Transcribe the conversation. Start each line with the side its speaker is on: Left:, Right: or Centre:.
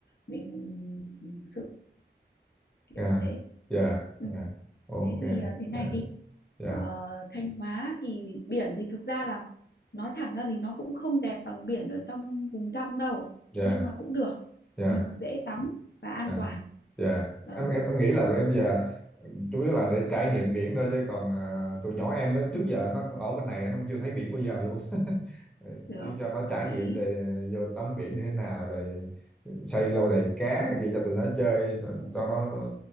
Left: mình sự kiểu
Centre: yeah
Left: thế
Centre: yeah
Left: ừ.
Centre: yeah ok
Left: thế thì à, thế này
Centre: yeah
Left: đi
Centre: yeah
Left: Ờ, Thanh Hóa thì biển thì thực ra là nói thẳng ra thì nó cũng không đẹp bằng biển ở trong vùng trong đâu
Centre: yeah
Left: nhưng mà cũng được
Centre: yeah
Left: ừ, dễ tắm và an
Centre: yeah
Left: toàn
Centre: Dạ,
Left: ờ
Centre: Em, em em nghĩ là bây giờ chủ yếu là để trải nghiệm biển thôi chứ còn à, tụi nhỏ em nó
Left: ừ,
Centre: trước giờ nó ở bên này nó chưa thấy biển bao giờ luôn. <laughs>
Left: được
Centre: Chứ cho nó
Left: đồng
Centre: trải
Left: ý
Centre: nghiệm để vô tắm biển như thế nào rồi xây lâu đài cá này kia cho tụi nó chơi ờ,
Left: ừ.
Centre: cho nó